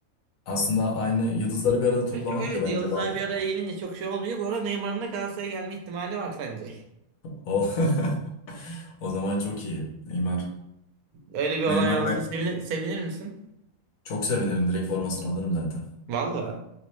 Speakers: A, on the left; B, on the right.
A: Aslında aynı yıldızları bir arada toplamak
B: Ve çok evet
A: da bence
B: yıldızlar
A: bazı.
B: bir araya gelince çok şey olmuyor. Bu arada Neymar'ın da Galatasaray'a gelme ihtimali var sence.
A: O. <laughs> O zaman çok iyi. Neymar.
B: Öyle bir olay
A: Neymar
B: olsa
A: evet.
B: sevini- sevinir misin?
A: çok sevinirim. Direkt formasını alırım zaten.
B: Vallahi